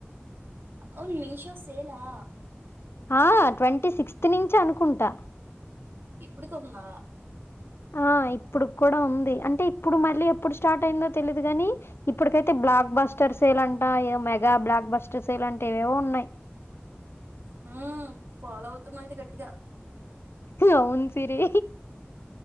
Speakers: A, on the right; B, on the left.
A: అవును మీషో సేలా
B: ఆ ట్వంటీ సిక్స్త్ నుంచి అనుకుంటా
A: ఇప్పుడు కొందా
B: ఆ ఇప్పుడు కూడా ఉంది అంటే ఇప్పుడు మళ్ళీ ఎప్పుడు స్టార్ట్ అయిందో తెలిదు కాని ఇప్పుటికైతే బ్లాక్ బస్టర్ సేల్ అంటా మెగా బ్లాక్ బస్టర్ సేల్ అంటే ఇవేవో ఉన్నాయ్
A: ఉమ్ ఫాలో అవుతున్నా అయితే గట్టిగా
B: అవును సిరి